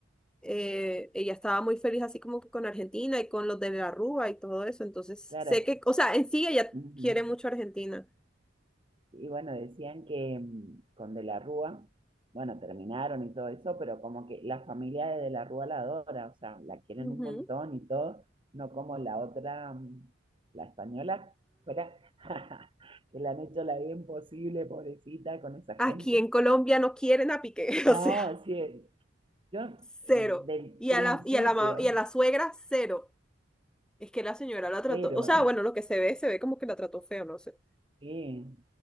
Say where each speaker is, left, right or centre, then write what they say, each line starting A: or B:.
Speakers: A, in the centre; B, on the right.
A: eh, ella estaba muy feliz así como que con Argentina y con los de la Rúa y todo eso. Entonces,
B: claro.
A: sé que, o sea, en sí ella
B: ujú.
A: quiere mucho a Argentina.
B: Y bueno, decían que mm, con De la Rúa, bueno, terminaron y todo eso, pero como que la familia de De la Rúa la adora, o sea, la quieren
A: Ujú.
B: un montón y todo, no como la otra, mm, la española, fuera, <laughs> que le han hecho la vida imposible, pobrecita, con esa
A: Aquí
B: gente.
A: en Colombia no quieren a Piqué, <laughs>
B: No,
A: o sea,
B: sí, yo
A: cero.
B: eh, del
A: Y
B: principio,
A: a la, y a la, ma- y a la suegra, cero. Es que la señora la trató,
B: cero,
A: o sea, bueno, lo que se ve, se ve como que la trató feo, no sé,
B: <laughs> sí.